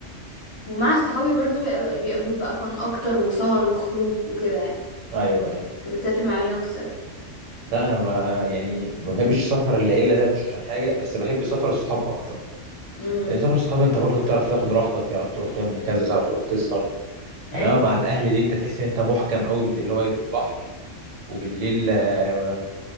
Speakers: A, on the left; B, on the right.
A: ومع صحابي برضه بيبقى, بيبقى مود بقى فن اكتر وسهر وخروج وكده يعني
B: ايوه ايوه
A: بتسافر مع مين اكتر
B: لا انا ما يعني ما بحبش سفر العيله ده مش عشان حاجه بس بحب سفر الصحاب اكتر
A: امم
B: لان سفر الصحاب انت برضه بتعرف تاخد راحتك تعرف تروح تعمل كذا تعرف تروح تسهر
A: ايوه
B: انما مع الاهل دي انت تحس ان انت محكم قوي بت- اللي هو يا دوب بحر وبالليل آه،